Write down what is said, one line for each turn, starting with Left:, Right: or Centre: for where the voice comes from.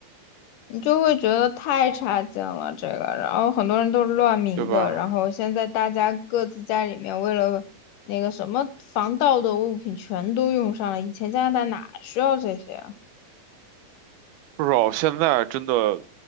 Left: 你就会觉得太差劲了这个，然后很多人都是乱鸣的，
Right: 对吧？
Left: 然后现在大家各自家里面为了那个什么防盗的物品全都用上了，以前加拿大哪需要这些啊？
Right: 至少现在真的，